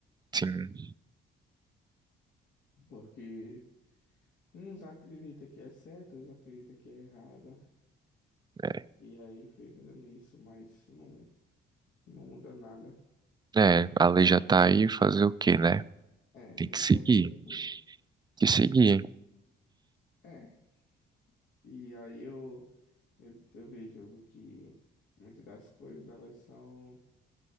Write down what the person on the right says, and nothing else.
Sim,
é,
é, a lei já tá aí, fazer o quê, né?
Tem
que seguir,
tem que seguir, hein?